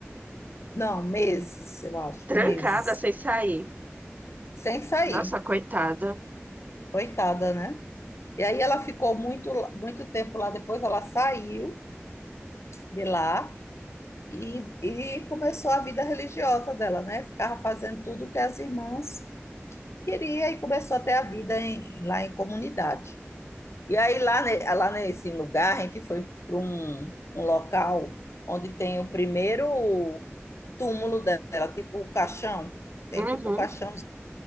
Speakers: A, on the left (about 70°); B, on the right (about 35°).
A: Não, meses, eu acho,
B: trancada
A: meses.
B: sem sair.
A: Sem sair.
B: Nossa, coitada.
A: Coitada, né? E aí ela ficou muito, muito tempo lá. Depois ela saiu de lá e, e começou a vida religiosa dela, né? Ficava fazendo tudo que as irmãs queriam e começou até a vida em- lá em comunidade. E aí lá, ne- lá nesse lugar a gente foi para um, um local onde tem o primeiro túmulo dela, tipo o caixão. Tem
B: Uhum.
A: tipo o caixão